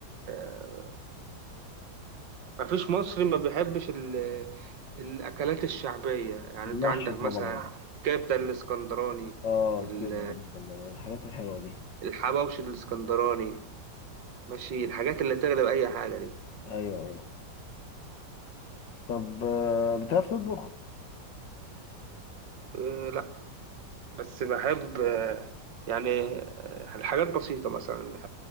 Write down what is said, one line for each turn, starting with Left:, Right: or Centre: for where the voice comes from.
Right: آه، مفيش مصري ما بيحبش ال... الأكلات الشعبية يعني
Left: المحشي
Right: أنت عندك
Left: طبعا
Right: مثلا كبدة الإسكندراني
Left: اه
Right: ال-
Left: الكبده بسم الله الحاجات الحلوه دي
Right: الحواوشي الإسكندراني ماشي الحاجات اللي تغلب أي حاجة دي
Left: ايوه ايوه طب آه، بتعرف تطبخ؟
Right: آه، بس بحب آه، يعني آه، الحاجات بسيطة مثلا